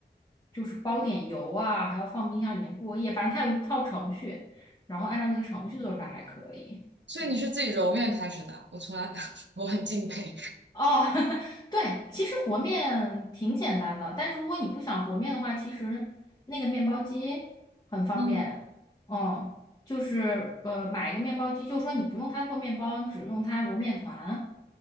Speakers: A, on the left (about 20°); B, on the right (about 80°).
A: 就是包点油啊，还要放冰箱里面过夜，反正它有一套程序。然后按照那个程序做出来还可以。
B: 所以你是自己揉面开始的，
A: 对，
B: 我从来 <laughs> 我很敬佩。
A: 哦，<laughs> 对，其实和面挺简单的，但是如果你不想和面的话，其实那个面包机很方便。
B: 嗯，
A: 嗯，就是呃，买一个面包机，就是说你不用它做面包，你只用它揉面团，